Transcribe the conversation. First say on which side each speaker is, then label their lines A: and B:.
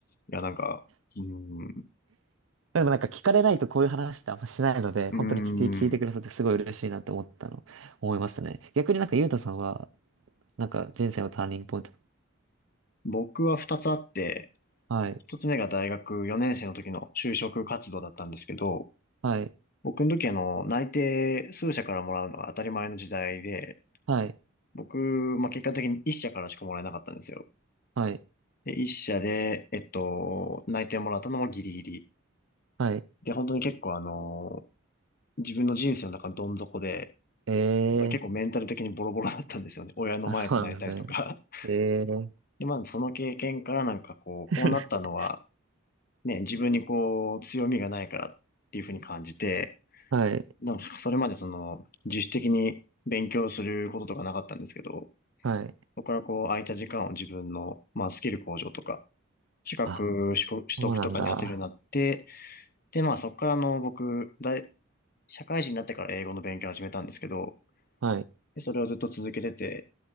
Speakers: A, on the left; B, on the right.
A: いや、なんか、うーん、
B: でもなんか聞かれないとこういう話ってあんましないので、本当に聞いて、
A: うー
B: 聞いてくださってすごい嬉しいなって思ったの、
A: ん、
B: 思いましたね。逆になんかゆうたさんは、なんか人生のターニングポイント。
A: 僕は二つあって、
B: はい、
A: 一つ目が大学4年生の時の就職活動だったんですけど、
B: はい、
A: 僕の時あの、内定数社からもらうのが当たり前の時代で、
B: はい、
A: 僕、まあ、結果的に一社からしかもらえなかったんですよ。
B: はい、
A: で、一社で、えっと、内定もらったのもギリギリ。
B: はい。
A: で、本当に結構あの自分の人生の中のどん底で、
B: ええ
A: 本当に結構メンタル的にボロボロだったんですよね。親の前で泣いたりとか。
B: ー、あ、そうなんですね。ええー、
A: <laughs> で、まあその経験からなんかこう、
B: <laughs>
A: こうなったのは、ね、自分にこう、強みがないからっていうふうに感じて、
B: はい、
A: なんかそれまでその、自主的に勉強することとかなかったんですけど、
B: はい。
A: そこからこう、空いた時間を自分の、まあスキル向上とか、資格取得とかに当てるようになって、
B: あ、そうなんだ。
A: で、まあそこからあの僕、大、社会人になってから英語の勉強を始めたんですけど、
B: はい。
A: でそれをずっと続けてて、